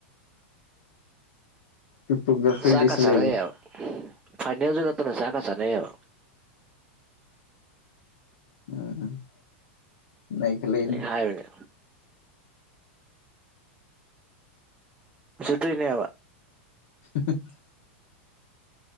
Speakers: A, on the left (about 70°); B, on the right (about 15°).
A: ꯄꯤꯛꯄꯗ ꯐ꯭ꯔꯤ
B: ꯆꯥꯛꯀ
A: ꯂꯩꯁꯟ
B: ꯆꯅꯩ
A: ꯂꯩꯕꯅꯤ
B: ꯌꯕ ꯐꯥꯏꯅꯦꯜꯖꯨ ꯅꯠꯇꯅ ꯆꯥꯛꯀꯥ ꯆꯥꯅꯩꯌꯦꯕ
A: ꯎꯝ ꯎꯝ ꯅ ꯈꯜꯂꯛꯏꯅꯤ
B: ꯂꯩ ꯍꯥꯏꯔꯨꯔꯦ ꯎꯁꯤꯠꯇ꯭ꯔꯤꯅꯦꯕ
A: ꯍꯍꯨꯝ